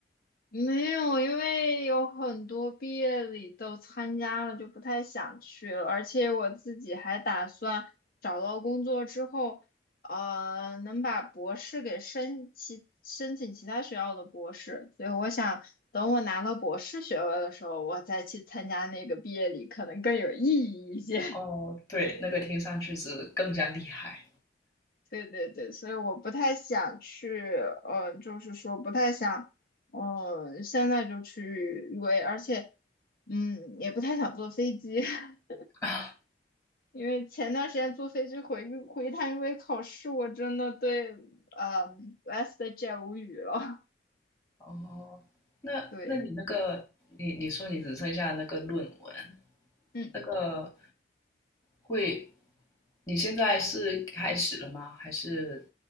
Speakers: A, on the left; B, on the left.
A: 没有，因为有很多毕业礼都参加了，就不太想去了。而且我自己还打算找到工作之后，呃，能把博士给申请申请其他学校的博士。所以我想等我拿到博士学位的时候，我再去参加那个毕业礼，可能更有意义一些。
B: 哦，对，那个听上去是更加厉害。
A: 对对对，所以我不太想去，嗯，就是说不太想，嗯、现在就去 UA，而且，嗯，也不太想坐飞机，<laughs>
B: <laughs>
A: 因为前段时间坐飞机回回一趟 UA 考试，我真的对，嗯 w e s t j e t 无语了。
B: 哦，那那你那个，
A: <laughs> 对，
B: 你你说你只剩下那个论文，
A: 嗯。
B: 那个会，你现在是开始了吗？还是